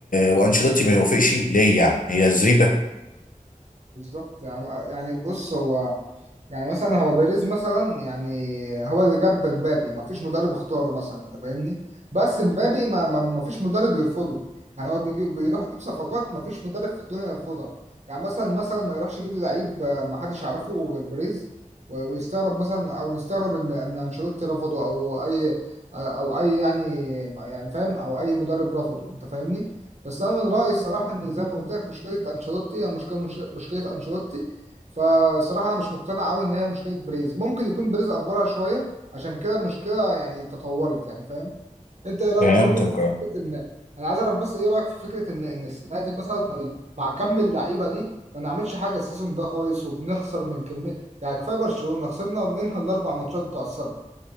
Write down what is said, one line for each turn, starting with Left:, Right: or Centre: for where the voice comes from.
Left: وانشيلوتي ما يوافقش ليه يعني هي زريبه
Right: بالظبط يعني يعني بص هو يعني مثلا هو بيريز مثلا يعني هو اللي جاب مبابي ما فيش مدرب اختاره مثلا انت فاهمني بس مبابي ما, ما, ما فيش مدرب يرفضه يعني هو بيجي بيروح يجيب صفقات ما فيش مدرب في الدنيا يرفضها يعني مثلا مثلا ما يروحش يجيب لي لعيب آه، ما حدش يعرفه غير بيريز و- ويستغرب مثلا او نستغرب ان ان انشيلوتي رفضه او اي آه، او اي يعني يعني فاهم او اي مدرب رفضه انت فاهمني بس انا من رايي الصراحه ان زي ما قلت لك مشكله انشيلوتي هي مشكله مش- مشكله انشيلوتي فصراحه أنا مش مقتنع قوي ان هي مشكله بريز ممكن يكون بريز افورها شويه عشان كده المشكله يعني تطورت يعني فاهم انت ايه رايك
Left: فهمتك
Right: برضو في
Left: اه
Right: فكره ان انا عايز اعرف بس ايه رايك في فكره ان ان السنه دي مثلا ما- مع كم اللعيبه دي ما نعملش حاجه السيزون ده خالص وبنخسر من كميه يعني كفايه برشلونه خسرنا منها الاربع ماتشات بتوع السنه